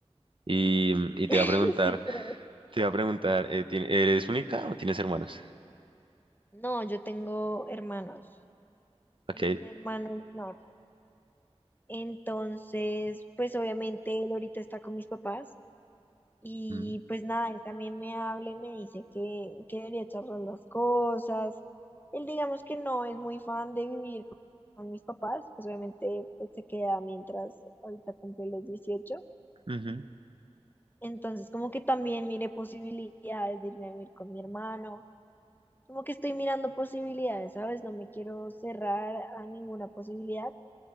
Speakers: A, on the right (about 50°); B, on the left (about 15°).
A: Y, y te
B: <laughs>
A: iba a preguntar,
B: Sí, creo.
A: te iba a preguntar, eh, ¿tien- ¿eres única o tienes hermanos?
B: No, yo tengo hermanos,
A: Ok,
B: un hermano menor. Entonces, pues obviamente él ahorita está con mis papás y
A: Mm,
B: pues nada, él también me habla y me dice que, que debería charlar las cosas. Él digamos que no es muy fan de vivir con con mis papás, pues obviamente pues, se queda mientras ahorita cumple los 18.
A: ujú,
B: Entonces, como que también mire posibilidades de irme a vivir con mi hermano Como que estoy mirando posibilidades, ¿sabes? No me quiero cerrar a ninguna posibilidad.